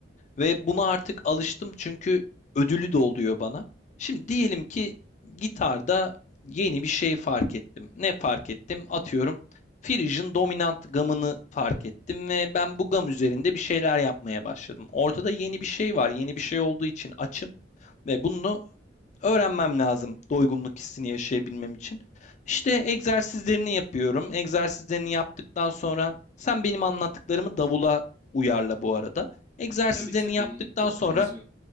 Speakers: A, on the left; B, in the centre.
A: Ve buna artık alıştım çünkü ödülü de oluyor bana. Şimdi diyelim ki gitarda yeni bir şey fark ettim. Ne fark ettim? Atıyorum Phrygian dominant gamını fark ettim ve ben bu gam üzerinde bir şeyler yapmaya başladım. Ortada yeni bir şey var. Yeni bir şey olduğu için açım ve bunu öğrenmem lazım doygunluk hissini yaşayabilmem için. İşte egzersizlerini yapıyorum. Egzersizlerini yaptıktan sonra sen benim anlattıklarımı davula uyarla bu arada. Egzersizlerini
B: Tabii tabii
A: yaptıktan
B: çok
A: sonra
B: benziyor.